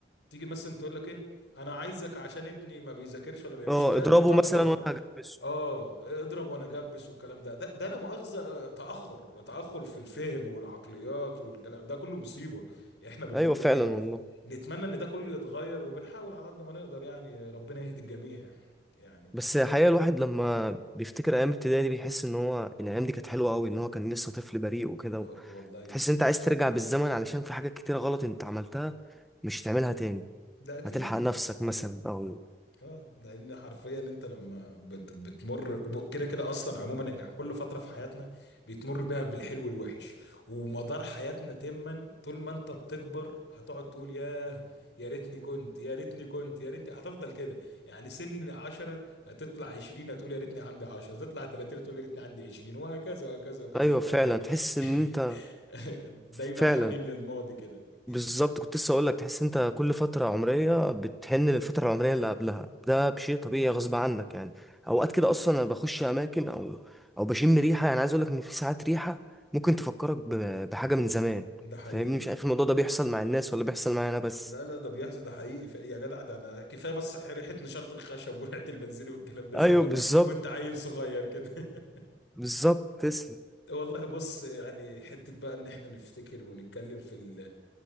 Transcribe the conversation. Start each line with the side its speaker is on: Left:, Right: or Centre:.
Left: تيجي مثلا تقول لك ايه انا عايزك عشان ابني ما بيذاكرش ولا ما بيعملش
Centre: اه
Left: بتاع
Centre: اضربه
Left: دبر
Centre: مثلا وانا هجبسه
Left: اه اضرب وانا جبس والكلام ده ده ده لا مؤاخذة آه، تأخر تأخر في الفهم والعقليات والكلام ده كله مصيبة احنا بنمر
Centre: ايوه فعلا
Left: بيها
Centre: والله
Left: نتمنى ان ده كله يتغير وبنحاول على قد ما نقدر يعني ربنا يهدي الجميع يعني
Centre: بس الحقيقة الواحد لما بيفتكر أيام ابتدائي دي بيحس إن هو إن الأيام دي كانت حلوة أوي إن هو كان لسه طفل بريء وكده
Left: آه، والله
Centre: تحس إن أنت عايز ترجع بالزمن علشان في حاجات كتيرة غلط أنت عملتها مش هتعملها تاني
Left: ده اكيد
Centre: هتلحق نفسك مثلا أو
Left: اه لان حرفيا انت لما بت بتمر ب- كده كده اصلا عموما ان كل فتره في حياتنا بيتمر بيها بالحلو والوحش ومدار حياتنا تما طول ما انت بتكبر هتقعد تقول ياه يا ريتني كنت يا ريتني كنت يا ريتني هتفضل كده يعني سن 10 هتطلع 20 هتقول يا ريتني عندي 10 هتطلع 30 هتقول يا ريتني عندي 20 وهكذا وهكذا وهكذا
Centre: أيوة
Left: لحد
Centre: فعلا
Left: ما-
Centre: تحس
Left: <laughs>
Centre: إن أنت
Left: دايما
Centre: فعلا
Left: حنين للماضي كده
Centre: بالظبط كنت لسه اقول لك تحس انت كل فتره عمريه بتحن للفتره العمريه اللي قبلها ده بشيء طبيعي غصب عنك يعني اوقات كده اصلا انا بخش اماكن او او بشم ريحه يعني عايز اقول لك ان في ساعات ريحه ممكن تفكرك ب- بحاجه من زمان
Left: ده حقيقي
Centre: فاهمني مش عارف الموضوع ده بيحصل مع الناس ولا بيحصل معايا انا بس
Left: لا لا ده بيحصل ده حقيقي ف- يا جدع ده انا كفايه بس ريحه نشاره الخشب وريحه البنزين والكلام ده زمان
Centre: ايوه بالظبط
Left: وانت عيل صغير كده <laughs>
Centre: بالظبط تسلم
Left: والله بص يعني حته بقى ان احنا نفتكر ونتكلم في ال-